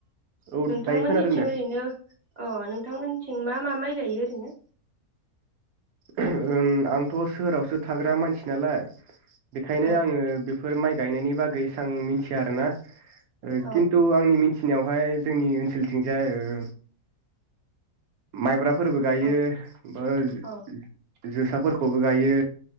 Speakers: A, on the right; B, on the right.
A: औ
B: नोंथांमोननिथिं
A: दायो खोनादों दे
B: ओरैनो अ नों नोंथांमोननिथिं मा मा माइ गायो ओरैनो
A: <unintelligible> ओं आंथ सोहोरावसो थाग्रा मानसि नालाय बेखायनो
B: औ
A: आङो बेफोर माइ गायनायनि बागै एसां मिथिया आरोना ओ
B: अ
A: खिनतु आंनि <unintelligible> थिनियावहाय जोंनि ओनसोलथिंजाय ओ माइब्रा फोरबो गायो
B: अ
A: <unintelligible>
B: अ
A: जोसाफोरखौबो गायो